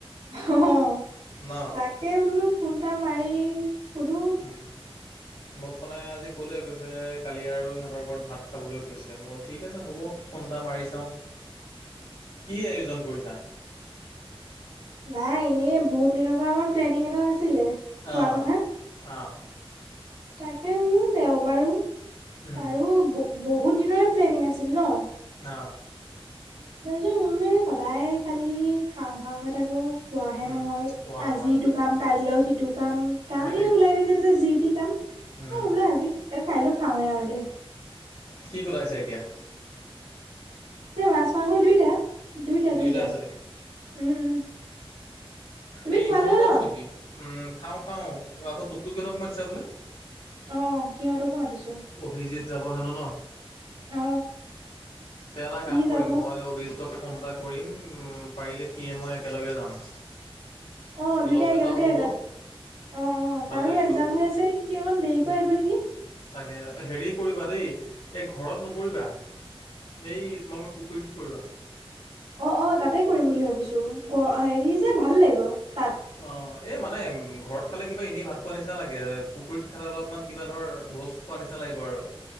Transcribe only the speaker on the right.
অ'
তাকে বোলো ফোনটা মাৰি সুধো
নাই এনেই বহুত দিনৰ পৰা আমাৰ প্লেনিং এটা। ছিলে খোৱা
কথা
তাকে বোলো দেও বাৰু
আৰু বহুত দিনৰ প্লেনিং আছিল ন।
তাৰ পিছত মোৰ বোলো সদায় খালি খাওঁ খাওঁকে থাকো। খোৱাহে
নহয়
আজি ইটো কাম কাইলৈ সিটো কাম কামেই
ওলাই
থাকে যে যি। বলে
আজি কাইলৈ খাওঁৱে আৰু দে।
এয়া মাছ মাংস দুইটা। দুইটা
দুইটা
উম উম। তুমি
খোৱা
নহয়
ন
অ, অ, সিহঁতকো মাতিছো।
অ
সি
যাব
অ দুইটাাই
একেলগে
আহবা। অ, অ,
তাৰো
এক্সাম
হৈ আছে সি অকণ দেৰিকৈ
আহিব নেকি।
অ' অ' তাতে কৰিম বুলি ভাবিছো হেৰি যে ভাল লাগিব। তাত